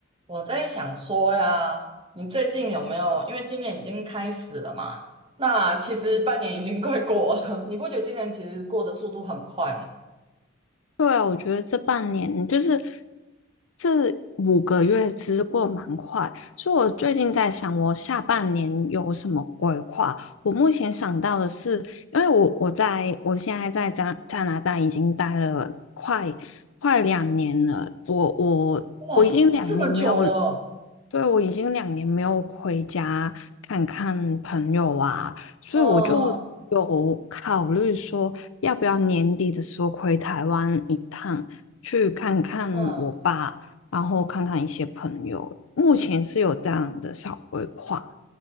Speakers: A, on the right; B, on the left.
A: 我在想说呀，你最近有没有？因为今年已经开始了嘛，那其实半年已经快过了，<laughs> 你不觉得今年其实过的速度很快吗？
B: 对啊，我觉得这半年就是这五个月，其实过得蛮快。所以我最近在想，我下半年有什么规划？我目前想到的是，因为我我在我现在在加加拿大已经待了快快两年了，我我我已经两年没有
A: 哇，这么久了
B: 对，我已经两年没有回家看看朋友啊，所以我就有考虑说，
A: 啊，
B: 要不要年底的时候回台湾一趟，去看看我爸，
A: 嗯，
B: 然后看看一些朋友。目前是有这样的小规划。